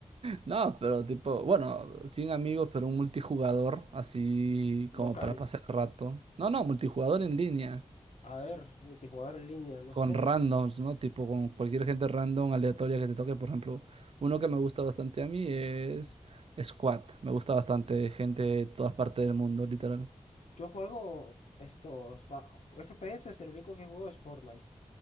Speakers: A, on the right (about 60°); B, on the left (about 80°).
A: No, pero tipo, bueno, sin amigos, pero un multijugador, así
B: Local,
A: como para pasar el rato. No, no, multijugador en línea.
B: a ver, multijugador en línea, no
A: con
B: sé.
A: randoms, ¿no? Tipo con cualquier gente random, aleatoria que te toque. Por ejemplo, uno que me gusta bastante a mí es Squad. Me gusta bastante gente de todas partes del mundo, literal.
B: Yo juego estos pa- FPS, es el único que juego es Fortnite.